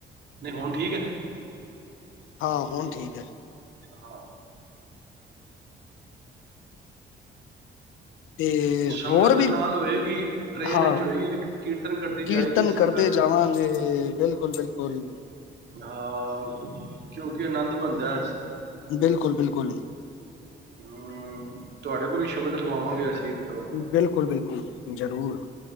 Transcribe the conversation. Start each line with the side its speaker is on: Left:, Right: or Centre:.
Right: ਨਹੀਂ ਹੁਣ ਠੀਕ ਹੈ
Left: ਹਾਂ ਹੁਣ ਠੀਕ ਹੈ।
Right: ਹਾਂ।
Left: ਤੇ
Right: ਸੰਗਤ
Left: ਹੋਰ ਵੀ
Right: ਨਾਲ ਹੋਏਗੀ ਟ੍ਰੇਨ
Left: ਹਾਂ
Right: ਚ ਹੋਏਗੀ ਕੀਰਤਨ ਕਰਦੀ ਜਾਏਗੀ
Left: ਕੀਰਤਨ
Right: ਸੰਗਤ‌
Left: ਕਰਦੇ ਜਾਵਾਂਗੇ ਬਿਲਕੁਲ ਬਿਲਕੁਲ
Right: ਹਾਂ। ਕਿਉਂਕਿ ਆਨੰਦ ਬਣਦਾ।
Left: ਬਿਲਕੁਲ-ਬਿਲਕੁਲ।
Right: ਹੂੰ, ਤੁਵਾਡੇ ਕੋਲ ਈ ਸ਼ਬਦ ਲਵਾਵਾਂਗੇ ਅਸੀਂ। ਦੋ
Left: ਬਿਲਕੁਲ-ਬਿਲਕੁਲ, ਜ਼ਰੂਰ।